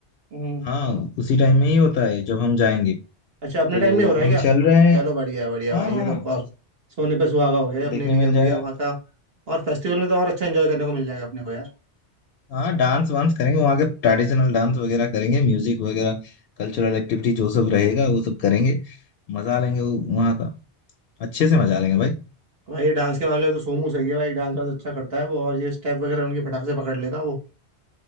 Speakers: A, on the right; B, on the left.
A: हम्म
B: हाँ उसी टाइम में ही होता है जब हम जाएंगे
A: अच्छा अपने
B: तो
A: टाइम में हो रहा है
B: हम
A: क्या
B: चल रहे हैं
A: चलो बढ़िया बढ़िया
B: हाँ
A: भाई ये
B: हाँ
A: तो और सोने पे सुहागा हो गया ये अपने
B: देखने
A: लिए
B: मिल
A: बढ़िया
B: जाएगा
A: वहाँ का और फेस्टिवल में तो और अच्छा एंजॉय करने को मिल जाएगा अपने को यार
B: हाँ डांस वांस करेंगे वहाँ के ट्रेडिशनल डांस वगैरह करेंगे म्यूजिक वगैरह कल्चरल एक्टिविटी जो सब रहेगा वो सब करेंगे मजा लेंगे वो- वहाँ का अच्छे से मजा लेंगे भाई
A: भाई ये डांस के मामले में तो सोमू सही है भाई डांस वांस अच्छा करता है वो और ये स्टेप वगैरह उनकी फटाक से पकड़ लेगा वो